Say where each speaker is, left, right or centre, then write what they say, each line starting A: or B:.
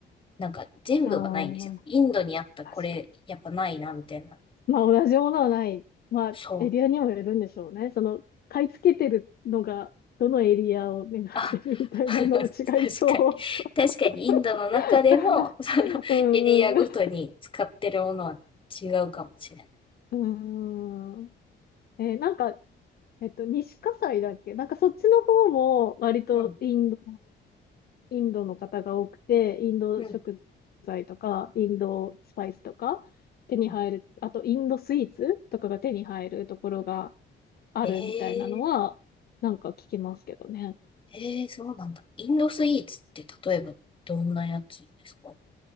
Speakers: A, on the left; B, on the left.
A: なんか全部はないんですよ。
B: ああ、
A: インドにあったこれやっぱないなみたいな。
B: 確かに。まあ、同じものはない。まあ、
A: そう。
B: エリアにもよるんでしょうね。その、買い付けてるのが、どのエリアを目指してるみたいなのも違いそう。
A: あ、<laughs> 確かに。確かにインドの中でも、
B: <laughs>
A: そのエリアごとに使ってるものは違うかもしれない。
B: うん、うん、うん。うん。えーなんか、えっと、西葛西だっけなんかそっちの方も割とインド
A: うん、
B: インドの方が多くて、インド食材とか、
A: うん、
B: インドスパイスとか手に入る、
A: うん。
B: あとインドスイーツとかが手に入るところがあるみたいなのは、
A: えー、
B: なんか聞きますけどね。
A: えー、そうなんだ。インドスイーツって例えばどんなやつですか